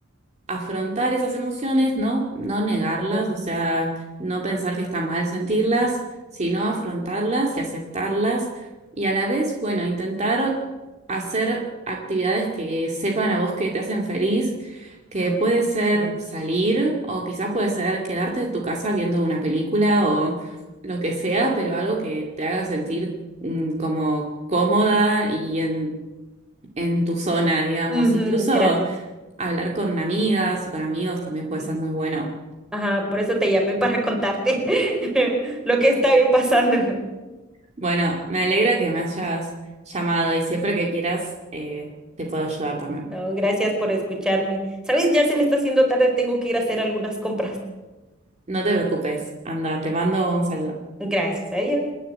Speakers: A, on the right; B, in the centre.
A: afrontar esas emociones, ¿no? No negarlas,
B: ujú.
A: o sea, no pensar que está mal sentirlas, sino afrontarlas y aceptarlas. Y a la vez, bueno, intentar hacer actividades que sepan a vos que te hacen feliz, que
B: Ah,
A: puede ser
B: mira.
A: salir o quizás puede ser quedarte en tu casa viendo una película o lo que sea, pero algo que te haga sentir mm, como cómoda y en, en tu zona, digamos.
B: Ujú,
A: Incluso
B: gracias.
A: Hablar con amigas y con amigos también puede
B: Sí.
A: ser muy bueno.
B: Ajá, por eso te llamé para contarte <laughs> lo que está pasando.
A: Bueno, me alegra que me hayas llamado y siempre que quieras eh, te puedo ayudar también.
B: No, gracias por escucharme. ¿Sabes? Ya se me está haciendo tarde, tengo que ir a hacer algunas compras.
A: No te preocupes, anda, te mando un saludo.
B: Gracias, adiós.